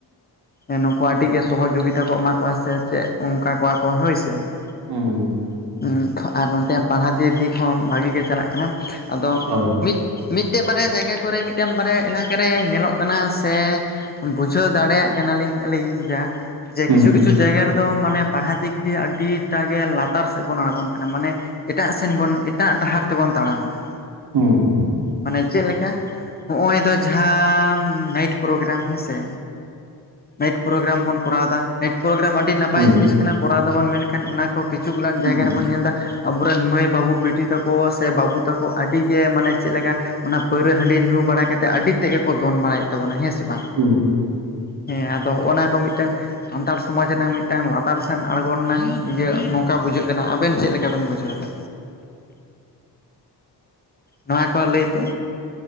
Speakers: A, on the left; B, on the right.
A: ᱮᱜ ᱱᱩᱠᱩ ᱟᱹᱰᱤ ᱜᱮ ᱥᱚᱦᱚᱡᱳᱜᱤᱛᱟ ᱠᱚ ᱮᱢᱟ ᱠᱚᱣᱟ ᱥᱮ ᱪᱮᱫ ᱚᱱᱠᱟ ᱠᱚᱣᱟ ᱠᱚ ᱦᱳᱭ ᱥᱮ
B: ᱦᱩᱸ
A: ᱾ ᱟᱨ ᱱᱚᱛᱮ ᱯᱟᱲᱦᱟᱣ ᱫᱤᱭᱮ ᱫᱤᱠ ᱦᱚᱸ ᱵᱷᱟᱜᱮ ᱜᱮ ᱪᱟᱞᱟᱜ ᱠᱟᱱᱟ ᱟᱫᱚ
B: ᱦᱳᱭ
A: ᱢᱤᱫ ᱢᱤᱫᱴᱮᱱ ᱵᱟᱨᱭᱟ ᱡᱟᱭᱜᱟ ᱠᱚᱨᱮ ᱢᱤᱫᱴᱮᱱ ᱵᱟᱨᱭᱟ ᱮᱞᱟᱠᱟᱨᱮ ᱧᱮᱞᱚᱜ ᱠᱟᱱᱟ ᱥᱮ ᱵᱩᱡᱷᱟᱹᱣ ᱫᱟᱲᱮᱭᱟᱜ ᱠᱟᱱᱟᱞᱤᱧ ᱟᱹᱞᱤᱧ ᱡᱟ ᱡᱮ
B: ᱦᱩᱸ
A: ᱠᱤᱪᱷᱩ ᱠᱤᱪᱷᱩ ᱡᱟᱭᱜᱟ ᱨᱮᱫᱚ ᱢᱟᱱᱮ ᱯᱟᱲᱦᱟᱜ ᱫᱤᱠ ᱫᱤᱭᱮ ᱟᱹᱰᱤᱴᱟᱜ ᱜᱮ ᱞᱟᱛᱟᱨ ᱥᱮᱫ ᱵᱚᱱ ᱟᱲᱜᱚᱱ ᱠᱟᱱᱟ, ᱢᱟᱱᱮ ᱮᱴᱟᱜ ᱥᱮᱱ ᱵᱚᱱ ᱮᱴᱟᱜ ᱰᱟᱦᱟᱨ ᱛᱮᱵᱚᱱ ᱛᱟᱲᱟᱢ ᱮᱫᱟ ᱾
B: ᱦᱩᱸ
A: ᱢᱟᱱᱮ ᱪᱮᱫ ᱞᱮᱠᱟ ᱦᱚᱜ-ᱭ ᱫᱚ ᱡᱟᱦᱟᱸ ᱱᱟᱭᱤᱴ ᱯᱨᱳᱜᱨᱟᱢ ᱦᱮᱸᱥᱮ, ᱱᱟᱭᱤᱴ ᱯᱨᱳᱜᱨᱟᱢ ᱵᱚᱱ ᱠᱚᱨᱟᱣ ᱫᱟ, ᱱᱟᱭᱤᱴ ᱯᱨᱳᱜᱨᱟᱢ ᱟᱹᱰᱤ ᱱᱟᱯᱟᱭ
B: ᱦᱩᱸ
A: ᱡᱤᱱᱤᱥ ᱠᱟᱱᱟ ᱠᱚᱨᱟᱣ ᱫᱟᱵᱚᱱ ᱢᱮᱱᱠᱷᱟᱱ ᱚᱱᱟ ᱠᱚ ᱠᱤᱪᱷᱩ ᱜᱚᱞᱟᱱ ᱡᱟᱭᱜᱟ
B: ᱦᱩᱸ
A: ᱨᱮᱵᱚᱱ ᱧᱮᱞ ᱫᱟ ᱟᱵᱚᱨᱮᱱ ᱢᱟᱹᱭ ᱵᱟᱹᱵᱩ ᱵᱤᱴᱤ ᱛᱟᱠᱚ ᱥᱮ ᱵᱟᱹᱵᱩ ᱛᱟᱠᱚ ᱟᱹᱰᱤ ᱜᱮ ᱢᱟᱱᱮ ᱪᱮᱫ ᱞᱮᱠᱟ ᱚᱱᱟ ᱯᱟᱹᱣᱟᱹ ᱦᱟᱺᱰᱤ ᱧᱩ ᱵᱟᱲᱟ ᱠᱟᱛᱮᱫ ᱟᱹᱰᱤ ᱛᱮᱫ ᱜᱮᱠᱚ ᱫᱚᱱ ᱵᱟᱲᱟᱭᱮᱫ ᱛᱟᱵᱚᱱᱟ ᱦᱮᱸ ᱥᱮ ᱵᱟᱝ ᱾
B: ᱦᱩᱸ
A: ᱦᱮᱸ ᱟᱫᱚ ᱦᱚᱜ-ᱱᱟ ᱠᱚ ᱢᱤᱫᱴᱮᱱ ᱥᱟᱱᱛᱟᱲ ᱥᱚᱢᱟᱡᱽ ᱨᱮᱱᱟᱜ ᱢᱤᱫᱴᱟᱝ ᱞᱟᱛᱟᱨ ᱥᱮᱱ ᱟᱬᱜᱚᱱᱟ ᱤᱭᱟᱹ ᱱᱚᱝᱠᱟ ᱵᱩᱡᱷᱟᱹᱜ ᱠᱟᱱᱟ ᱟᱵᱮᱱ ᱪᱮᱫ ᱞᱮᱠᱟ ᱵᱮᱱ ᱵᱩᱡᱷᱟᱹᱣ ᱫᱟ? ᱱᱚᱣᱟ ᱠᱚ ᱞᱟᱹᱭ ᱛᱮ,